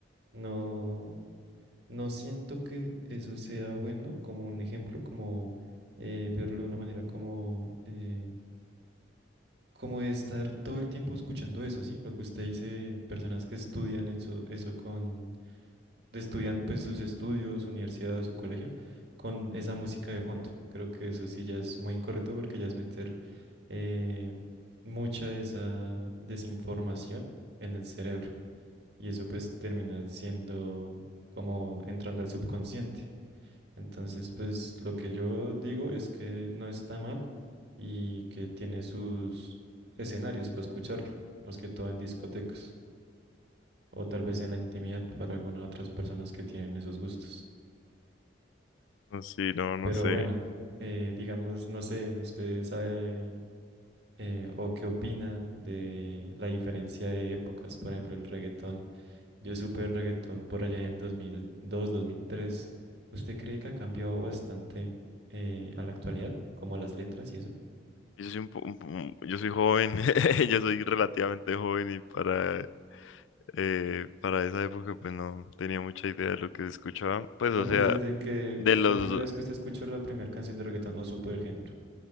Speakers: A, on the right; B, on the left.
A: No, no siento que eso sea bueno como un ejemplo, como eh, verlo de una manera como eh, como de estar todo el tiempo escuchando eso, ¿sí? Lo que usted dice, personas que estudian eso, eso con, de estudian pues sus estudios, su universidad, su colegio, con esa música de fondo. Creo que eso sí ya es muy incorrecto porque ya es meter eh, mucha de esa desinformación en el cerebro y eso pues termina siendo como entrando al subconsciente. Entonces, pues lo que yo digo es que no está mal y que tiene sus escenarios para escucharlo, más que todo en discotecas o tal vez en la intimidad para algunas otras personas que tienen esos gustos.
B: No, Sí, no, no
A: Pero
B: sé.
A: bueno, eh, digamos, no sé, usted sabe eh, o qué opina de la diferencia de épocas, por ejemplo, el reggaetón. Yo supe el reggaetón por allá en el dos mil dos dos mil mil tres. ¿Usted cree que ha cambiado bastante eh, a la actualidad, como las letras y eso?
B: Yo soy un, po- un po- yo soy joven, <laughs> yo soy relativamente joven y para, eh, para esa época pues no tenía mucha idea de lo que se escuchaba. Pues
A: O
B: o
A: pues
B: sea,
A: desde que
B: de los,
A: la primera vez que usted escuchó la primera canción de reggaetón o supo del género.